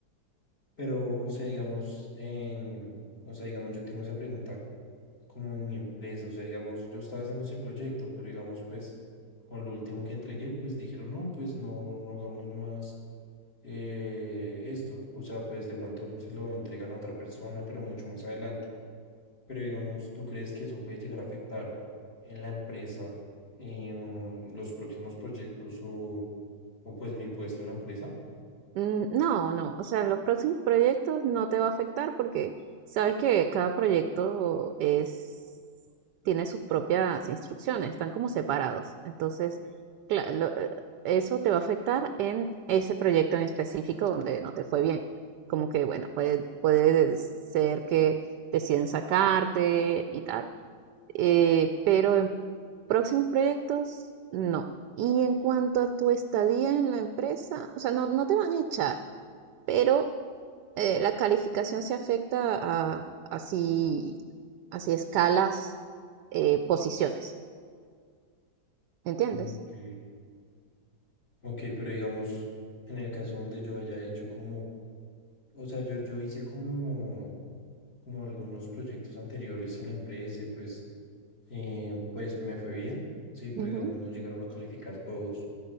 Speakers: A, on the left (about 35°); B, on the right (about 80°).
A: Pero, o sea, digamos, en, o sea, digamos, yo tengo esa pregunta como en mi empresa, o sea, digamos, yo estaba haciendo ese proyecto, pero digamos, pues, con lo último que entregué, pues dijeron, no, pues no, no hagamos más eh, esto, o sea, pues de pronto se lo entregan a otra persona, pero mucho más adelante. Pero digamos, ¿tú crees que eso puede llegar a afectar en la empresa, en los próximos proyectos o, o pues mi puesto en la empresa?
B: Mm, No, no, o sea, los próximos proyectos no te va a afectar porque sabes que cada proyecto es, tiene sus propias instrucciones, están como separados. Entonces, cla- lo- eh, eso te va a afectar en ese proyecto en específico donde no te fue bien. Como que, bueno, puede, puede ser que deciden sacarte y tal, eh, pero en próximos proyectos, no. Y en cuanto a tu estadía en la empresa, o sea, no, no te van a echar pero eh, la calificación se afecta a así, así escalas, eh, posiciones, ¿entiendes?
A: Ok. Ok, pero digamos, en el caso donde yo haya hecho como, o sea, yo, yo hice como, como algunos proyectos anteriores en la empresa y pues, eh, pues me fue bien, sí, pero
B: Ujú.
A: digamos, no llegaron a calificar todos.